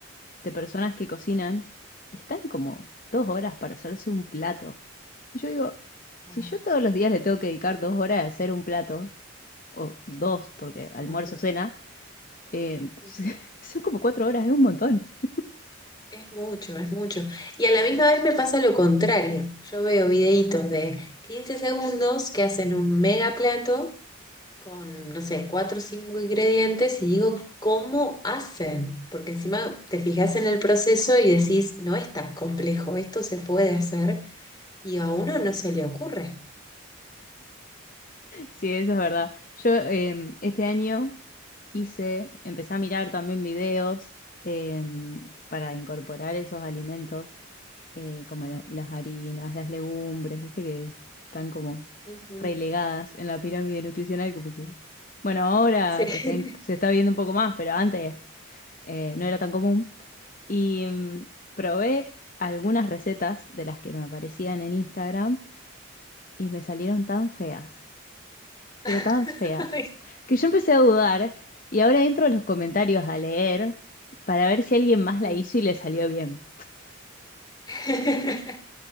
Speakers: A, on the left; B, on the left.
A: de personas que cocinan y están como dos horas para hacerse un plato. Y yo digo,
B: Claro,
A: si yo todos los días le tengo que dedicar dos horas a hacer un plato, o dos, porque
B: es
A: almuerzo,
B: un montón.
A: cena. Eh,
B: Ujú.
A: <laughs> son como cuatro horas, es un montón. <laughs>
B: Es mucho, es mucho. Y a la misma vez me pasa lo contrario. Yo veo videitos de 15 segundos que hacen un mega plato con, no sé, cuatro o cinco ingredientes y digo, ¿cómo hacen? Porque encima te fijas en el proceso y decís, no es tan complejo, esto se puede hacer y a uno no se le ocurre.
A: Sí, eso es verdad. Yo eh, este año hice, empecé a mirar también videos eh, para incorporar esos alimentos, eh, como la- las harinas, las legumbres, viste que están como
B: Ujú.
A: relegadas en la pirámide nutricional, como que, bueno, ahora
B: Sí.
A: se está, en- se está viendo un poco más, pero antes eh, no era tan común. Y mm, probé algunas recetas de las que me aparecían en Instagram y me salieron tan feas, pero
B: <laughs>
A: tan feas,
B: Ay,
A: que yo empecé a dudar y ahora entro a los comentarios a leer para ver si alguien más
B: sí.
A: la hizo y le salió bien. <laughs>
B: <laughs>